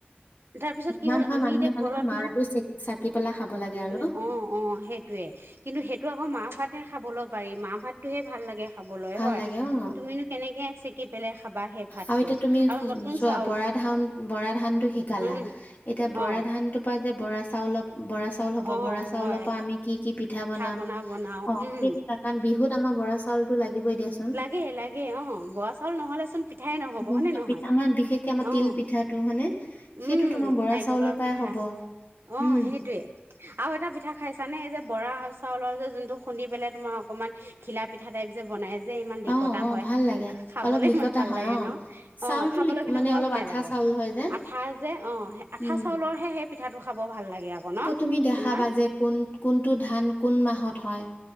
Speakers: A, on the right; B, on the left.
A: তাৰপিছত
B: কিমান
A: কি হ'ল
B: <unintelligible>
A: আমি
B: মানুহে
A: এতিয়া
B: মানে
A: ঘৰত
B: মাৰ টো চে- চাকি পেলাই খাব লাগে আৰু।
A: অ', অ', সেইটোয়ে কিন্তু সেইটো আকৌ মাৰ ভাতহে খাবলৈ পাৰি, মাৰ ভাতটোহে ভাল লাগে খা খাবলৈ
B: ভাল
A: হয়,
B: লাগে অ',
A: তুমিনো কেনেকে চেকি পেলাই খাবা সেই ভাতটো
B: আৰু এতিয়া তুমি
A: আৰু নতুন
B: চোৱা
A: চাউল
B: বৰা ধান, বৰা ধানটো শিকালা
A: উম
B: এতিয়া
A: অ
B: বৰা ধান টো পা যে বৰা চাউল ব-বৰা চা চাউল হ'ব,
A: অ
B: বৰা চাউলৰ
A: হয়
B: পৰা আমি কি, কি পিঠা বনাম।
A: পনা বনাও
B: অ',
A: উম
B: সেই কাৰণ বিহুত আমাৰ বৰা চাউলটো লাগিবই দিয়াচোন।
A: লাগেই, লাগেই অ', বৰা চাউল নহ'লে চোন পিঠাই নহ'ব
B: নহ'লে
A: হয়নে নহয়
B: পিঠা আমাৰ বিশেষকে আমাৰ
A: অ',
B: তিল পিঠাটো হয়নে সেইটো
A: উম,
B: তোমাৰ বৰা
A: নাৰিকলৰ
B: চাউলৰ পৰাই
A: পিঠা
B: হ'ব
A: অ',
B: উম
A: সেইটোৱে। আৰু এটা পিঠা খাইছানে? এই যে বৰা চাউলৰ যে যোনটো খুন্দি পেলাই তোমাৰ অকমান ঘিলা পিঠা টাইপ যে বনাই যে ইমান লিকতা
B: অ অ
A: হয়,
B: ভাল লাগে
A: খাবলে
B: অলপ লিকতা
A: ইমান ভাল
B: হয়
A: লাগে
B: অ
A: ন!
B: চাউলটো
A: অ', খাবলে
B: লি
A: কিন্তু
B: মানে
A: বৰ
B: অলপ
A: ধুনীয়া
B: আঠা
A: লাগে।
B: চাউল হয় যে
A: আঠা যে অ', আঠা
B: উম
A: চাউলৰহে সেই পিঠাটো খাব ভাল লাগে আকৌ ন
B: তুমি দেখাবা
A: তোমাৰ!
B: যে কোন কোনটো, ধান কোন মাহত হয়